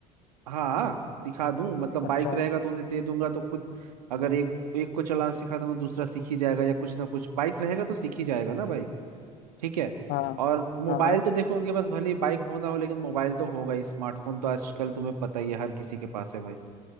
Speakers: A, on the right (about 70°); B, on the left (about 50°).
A: हाँ सिखा दूं मतलब
B: अच्छा
A: बाइक रहेगा तो उन्हें दे दूंगा तो खुद अगर एक एक को चलाना सिखा दूंगा दूसरा सीख ही जाएगा या कुछ ना कुछ बाइक रहेगा तो सीख ही जाएगा ना भाई ठीक है
B: हाँ
A: और मोबाइल
B: हाँ हाँ
A: तो देखो उनके पास भले ही बाइक हो ना हो लेकिन मोबाइल तो होगा ही स्मार्टफोन तो आजकल तुम्हें पता ही है हर किसी के पास है भाई